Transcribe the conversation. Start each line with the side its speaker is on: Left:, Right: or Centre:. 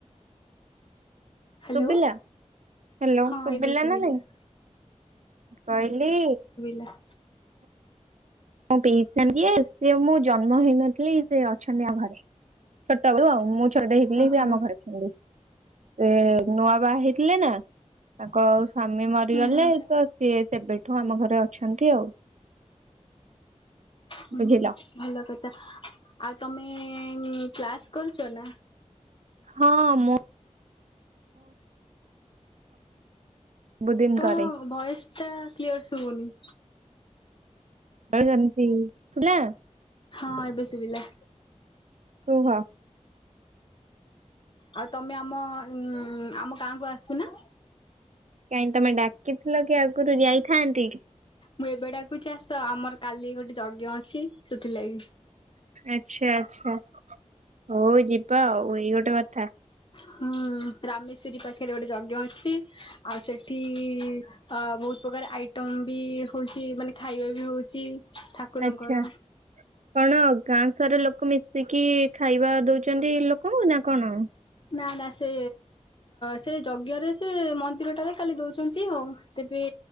Left: ହ୍ୟାଲୋ
Right: ଶୁଭିଲା ହ୍ୟାଲୋ
Left: ହଁ
Right: ଶୁଭିଲା
Left: ଏବେ ସୁବିଲା।
Right: ନା ନାଇଁ କହିଲି।
Left: ହା
Right: ହଁ ପିଇଛନ୍ତି ସିଏ ମୁଁ ଜନ୍ମ ହେଇନଥିଲି ସେ ଅଛନ୍ତି ଆଉ ଘରେ। ଛୋଟ ବେଳୁ ଆଉ ମୁଁ ଛୋଟ ହେଇଥିଲି
Left: ଓହୋ
Right: ବି ଆମ ଘରେ ଅଛନ୍ତି, ସେ ନୂଆ ବା ହେଇ ଥିଲେ ନା ତାଙ୍କ ସ୍ବାମୀ ମରିଗଲେ
Left: ହୁଁ।
Right: ତ ସିଏ ସେବେ ଠୁ ଆମ ଘରେ ଅଛନ୍ତି ଆଉ।
Left: ହୁଁ
Right: ବୁଝିଲ?
Left: ଭଲ କଥା ଆଉ ତମେ କ୍ଲାସ୍ କରୁଛ ନା?
Right: ହଁ ମୁଁ ସବୁଦିନ
Left: ତମ
Right: କରେ
Left: ଭଏସ ଟା କ୍ଲିୟର ଶୁଭୁନି।
Right: <unintelligible>
Left: ହଁ ଏବେ ଶଭିଲା।
Right: କୁହ।
Left: ଆଉ ତମେ ଆମ ଉ ଆମ ଗାଁକୁ ଆସୁନ?
Right: କାହିଁକି ତମେ ଡାକି ଥିଲ କି ଆଗରୁ ଯାଇଥାନ୍ତି।
Left: ମୁଁ ଏବେଡାକୁଛି ଆସ ଆମର କାଲି ଗୋଟେ ଯଜ୍ଞ ଅଛି ସେଥିଲାଗି
Right: ଆଛା ଆଚ୍ଛା ହଉ ଯିବା ଆଉ ଏଇ ଗୋଟେ କଥା।
Left: ହୁଁ ରାମେଶ୍ଵରୀ ପାଖରେ ଗୋଟେ ଯଜ୍ଞ ଅଛି ଆଉ ସେଠି ଅ ବହୁତ ପ୍ରକାର ଆଇଟମ ବି ହଉଛି ମାନେ ଖାଇବା ବି ହଉଛି। ଠାକୁରଙ୍କର।
Right: ଆଛା କଣ ଗାଁ ସର ଲୋକ ମିଶିକି ଖାଇବା ଦଉ। କରଛନ୍ତି ଲୋକଙ୍କୁ ନା କଣ?
Left: ନା ନା ସେ ସେ ଯଜ୍ଞରେ ସେ ମନ୍ଦିରଟାରେ ଖାଲି ଦଉଛନ୍ତି ଆଉ। ଦେବେ